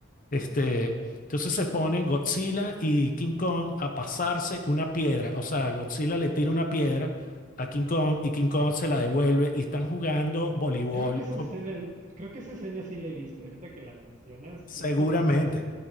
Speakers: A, on the left (about 40°); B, on the right (about 35°).
A: este, entonces se ponen Godzilla y King Kong a pasarse una piedra. O sea, Godzilla le tira una piedra a King Kong y King Kong se la devuelve y están jugando voleibol
B: Creo que esa
A: con-
B: escena, el- creo que esa escena sí la he visto. Ahorita que la mencionas,
A: seguramente.
B: es como de esa-